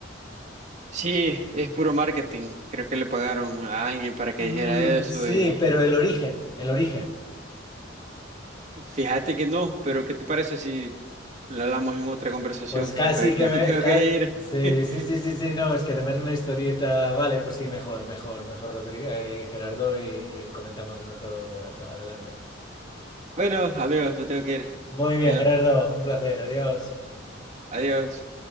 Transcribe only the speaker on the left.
Mm,
sí,
pero el origen, el origen.
Pues casi
que me...
ca-
Sí,
sí, sí, sí, sí, no, es que además una historieta... Vale, pues sí, mejor, mejor, mejor, Rodrigo eh, y Gerardo, y, y comentamos en otro rato. Adelante.
Muy bien,
Gerardo, un placer, adiós.